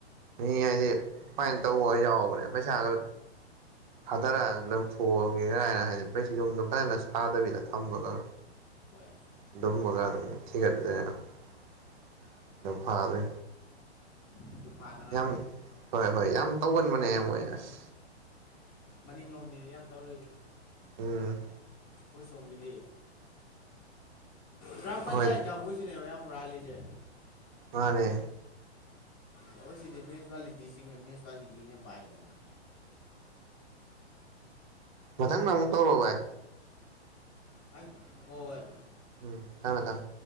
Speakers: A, on the right; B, on the left.
A: ꯃꯤ ꯍꯥꯏꯗꯤ ꯐꯥꯏꯅ ꯇꯧꯕꯒ ꯌꯥꯎꯕꯅꯦ ꯄꯩꯁꯥ ꯈ ꯊꯥꯗꯔ ꯂꯧꯊꯣꯛꯑꯒꯦ ꯀꯥꯏꯅ ꯍꯥꯏꯗꯤ ꯌꯨꯝꯗꯣ ꯐꯖꯅ ꯁꯥꯗꯕꯤꯗ ꯊꯝꯕꯀꯣ
B: ꯍꯣꯏ
A: ꯑꯗꯨꯝꯒꯗꯣ ꯑꯗꯨꯝ ꯊꯤꯒꯠꯂ ꯑꯗꯨ ꯐꯔꯦ
B: ꯑꯗꯨ ꯐꯥꯅꯉꯥꯏ
A: ꯌꯥꯝ ꯍꯣꯏ ꯍꯣꯏ ꯌꯥꯝ ꯇꯧꯒꯟꯕꯅꯦ ꯃꯣꯏ ꯑꯁ
B: ꯃꯅꯤꯡꯂꯣꯝꯅꯤꯅꯦ ꯌꯥꯝ ꯇꯧꯔꯤꯁꯦ
A: ꯎꯝ
B: ꯑꯩꯈꯣꯏ ꯁꯣꯝꯒꯤꯗꯤ ꯒ꯭ꯔꯥꯝ ꯄꯟꯆꯥꯌꯦꯠ
A: ꯍꯣꯏ
B: ꯀꯥꯡꯕꯨꯁꯤꯅꯦꯕ ꯌꯥꯝ ꯍꯨꯔꯥꯜꯂꯤꯁꯦ
A: ꯃꯥꯅꯦ
B: ꯑꯩꯈꯣꯏ ꯁꯤꯗꯤ ꯃ꯭ꯌꯨꯅꯤꯁꯤꯄꯥꯂꯤꯇꯤꯁꯤꯡꯤꯡꯕ ꯃ꯭ꯌꯨꯅꯤꯁꯤꯄꯥꯂꯤꯇꯤꯅ ꯄꯥꯏꯗꯅ
A: ꯃꯊꯪꯗ ꯑꯃꯨꯛ ꯇꯧꯔꯛꯑꯣ ꯚꯥꯢ
B: ꯍꯥꯏ ꯍꯣꯏ
A: ꯎꯝ ꯊꯝꯃꯦ ꯊꯝꯃꯦ